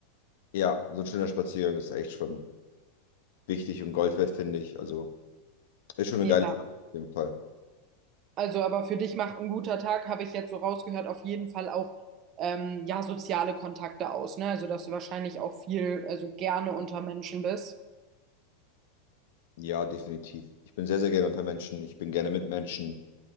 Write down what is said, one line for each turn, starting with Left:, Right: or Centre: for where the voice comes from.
Left: Ja, so ein schöner Spaziergang ist echt schon wichtig und Gold wert, finde ich. Also ist schon
Right: Ja,
Left: eine geile Sache auf jeden Fall.
Right: also aber für dich macht ein guter Tag, habe ich jetzt so rausgehört, auf jeden Fall auch ähm, ja, soziale Kontakte aus, ne? Also dass du wahrscheinlich auch viel, also gerne unter Menschen bist.
Left: Ja, definitiv. Ich bin sehr, sehr gerne unter Menschen. Ich bin gerne mit Menschen.